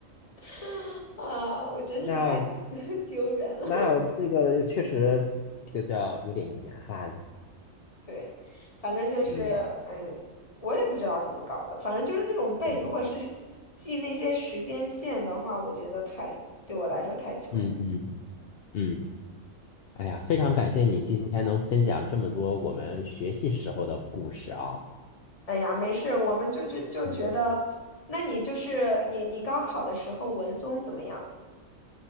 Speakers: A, on the left; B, on the left.
A: <laughs> 啊，我真是太
B: 那
A: <laughs> 丢人了。
B: 那那个确实，这个叫有点遗憾。
A: 对，反正就是，
B: 嗯
A: 嗯，我也不知道怎么搞的，反正就是那种背，
B: 嗯
A: 如果是记那些时间线的话，我觉得太，对我来说太折磨。
B: 嗯嗯。嗯，哎呀，非常感谢你今天能分享这么多我们学习时候的故事啊。
A: 哎呀，没事儿我们就就就觉得，
B: 嗯
A: 那你就是你你高考的时候文综怎么样？